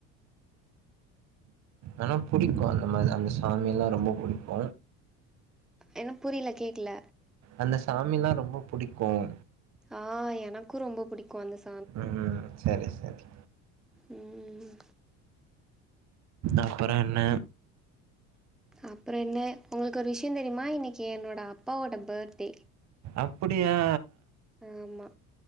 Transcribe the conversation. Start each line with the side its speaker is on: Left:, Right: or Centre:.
Right: ஆனா புடிக்கும் அந்த மாரி அந்த சாமில்லா ரெம்ப புடிக்கு
Centre: ஏன்ன புரியல கேட்கல
Right: அந்த சாமில்லா ரொம்ப புடிக்கும்
Centre: ஆ எனக்கும் ரொம்ப பிடிக்கும் அந்த சாமி
Right: ம் சரி சரி
Centre: ம்
Right: அப்பறோ என்ன
Centre: அப்பற என்ன உங்களுக்கு ஒரு விஷயோ தெரியுமா இன்னைக்கி என்னோட அப்பாவோட பேர்த்டே
Right: அப்புடியா
Centre: ஆமா